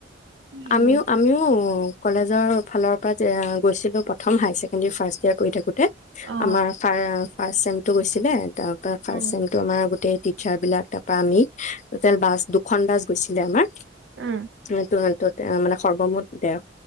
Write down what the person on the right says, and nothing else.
উম
অ
উম
উম